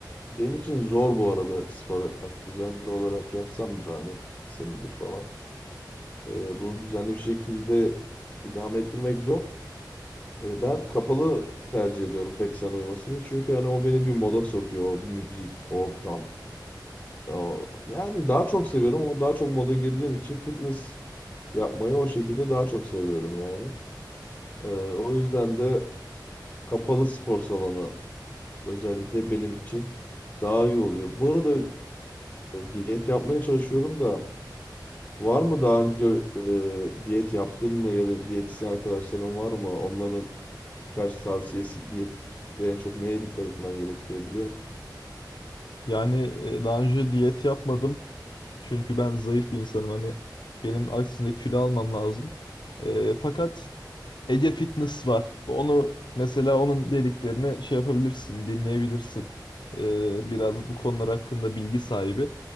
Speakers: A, on the left (about 20°); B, on the left (about 75°).
A: benim için zor bu arada spor yapmak. Düzenli olarak yapsam da hani senedir falan. E, bunu düzenli bir şekilde idame ettirmek zor. E, ben kapalı tercih ediyorum pek sana uymasını. Çünkü hani o beni bir moda sokuyor o müzik, ortam. O, yani daha çok seviyorum ama daha çok moda girdiğim için fitness yapmayı o şekilde daha çok seviyorum yani. E, o yüzden de kapalı spor salonu özellikle benim için daha iyi oluyor. Bu arada e, diyet yapmaya çalışıyorum da Var mı daha önce e, diyet yaptın mı ya da diyetisyen arkadaşların var mı? Onların Kaç tavsiyesi diyet de en çok neye dikkat etmem gerekiyor biliyor musun?
B: Yani e, daha önce diyet yapmadım. Çünkü ben zayıf bir insanım. Hani benim aksine kilo almam lazım. E, fakat Ege Fitness var. Onu mesela onun dediklerini şey yapabilirsin, dinleyebilirsin. E, biraz bu konular hakkında bilgi sahibi.